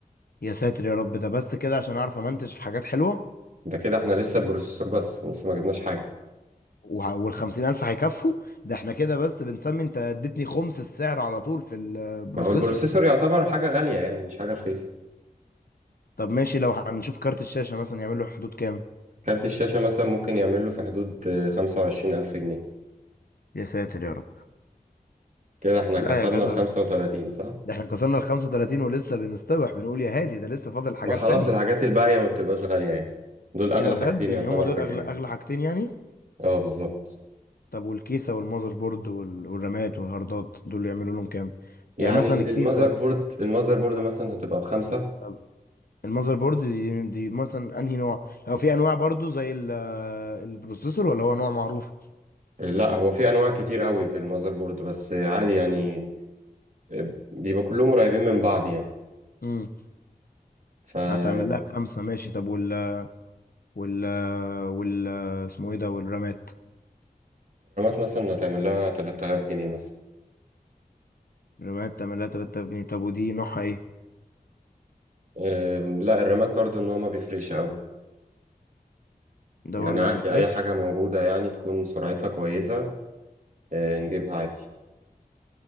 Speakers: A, on the left; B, on the right.
A: يا ساتر يا رب ده بس كده عشان اعرف امنتج حاجات حلوة
B: ده كده احنا لسه البروسيسور بس لسه ما جبناش حاجه
A: وع- والخمسين الف هيكفوا ده احنا كده بس بنسمي انت اديتني خمس السعر على طول في البروسيسور
B: ما هو البروسيسور يعتبر حاجه غاليه يعني مش حاجه رخيصه
A: طب ماشي لو هنشوف كارت الشاشة مثلا يعمل له حدود كام
B: كارت الشاشه مثلا ممكن يعمل له في حدود آه، 25000 جنيه
A: يا ساتر يا رب
B: كده احنا
A: لا
B: كسرنا
A: يا جدع
B: ال 35 صح
A: ده احنا كسرنا ال 35 ولسه بنستبح بنقول يا هادي ده لسه فاضل حاجات
B: ما خلاص
A: تانية
B: الحاجات الباقية ما بتبقاش غالية يعني دول أغلى
A: ايه ده بجد
B: حاجتين
A: يعني
B: يعتبر
A: هما دول
B: في الجهاز
A: اغلى اغلى حاجتين يعني
B: اه بالظبط
A: طب والكيسة والمذر بورد وال- والرامات والهاردات دول اللي يعملوا لهم كام
B: يعني
A: يعني مثلا
B: ال-
A: الكيسة
B: المذر بورد المذر بورد مثلا هتبقى بخمسة
A: طب المذر بورد دي, دي مثلا انهي نوع هو في انواع برضو زي ال- البروسيسور ولا هو نوع معروف
B: لا هو في أنواع كتير قوي في المذر بورد بس عادي يعني آه، بيبقى كلهم قريبين من بعض يعني
A: امم
B: فالرامات
A: هتعمل لها خمسة ماشي طب وال وال وال اسمه ايه ده والرامات
B: مثلا هتعمل لها 3000 جنيه مثلا
A: الرامات تعمل لها 3000 جنيه طب ودي نوعها ايه
B: أم، لا الرامات برضو إن هو ما بيفرقش قوي
A: ده
B: يعني
A: برضو
B: عادي
A: ما بيفرقش
B: أي حاجة موجودة يعني تكون سرعتها كويسة أه، نجيبها عادي